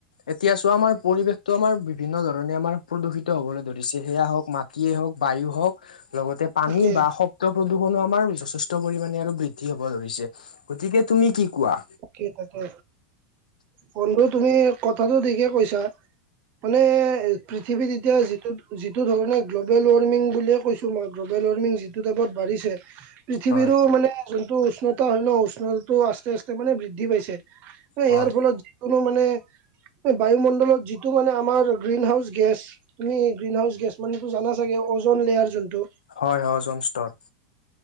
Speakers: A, on the left; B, on the right.
A: এতিয়া চোৱা আমাৰ পৰিৱেশ আমাৰ বিভিন্ন ধৰণে আমাৰ প্ৰদূষিত হ'বলৈ ধৰিছে সেয়া হওঁক মাটিয়ে হওঁক বায়ু হওঁক লগতে পানী
B: তাকে
A: বা প্ৰদূষণো আমাৰ যথেষ্ট পৰিমণে আৰু বৃদ্ধি হ'ব ধৰিছে। গতিকে তুমি কি কোৱা?
B: কি তাকে বন্ধু তুমি কথাটো ঠিকে কৈছা। মানে পৃথিৱীত এতিয়া যিটো যিটো ধৰণে গ্ল'বেল ৱাৰ্মিং বুলিয়ে কৈছো। তোমাৰ গ্ল'বেল ৱাৰ্মিং যিটো টাইত বাঢ়িছে। পৃথিৱীৰো
A: হয়
B: মানে যোনটো উষ্ণতা হয় ন উষ্ণতাটো আস্তে আস্তে মানে বৃদ্ধি পাইছে। ইয়াৰ
A: হয়
B: ফলত যিকোনো মানে বায়ুমণ্ডলত যিটো মানে আমাৰ গ্ৰীণ হাউচ গেছ। তুমি গ্ৰীণ হাউচ গেছ মানে জানা চাগে অজন লেয়াৰ যোনটো।
A: হয়, অজন স্তৰ।